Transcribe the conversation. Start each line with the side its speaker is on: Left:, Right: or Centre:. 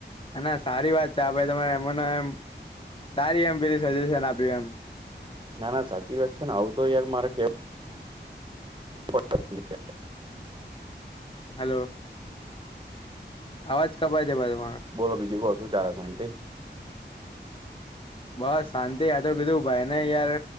Left: અને સારી વાત છે આ ભાઈ તમારે એમના એમ સારી એમ પેલી સજેશન આપ્યું એમ.
Right: ના ના સાચી વાત છે ને આવું તો યાર મારે કે <unintelligible>
Left: હલો અવાજ કપાય છે ભાઈ તમારો.
Right: બોલો બીજું કો શું ચાલે શાંતિ?
Left: બસ શાંતિ આતો કીધું ભાઈને યાર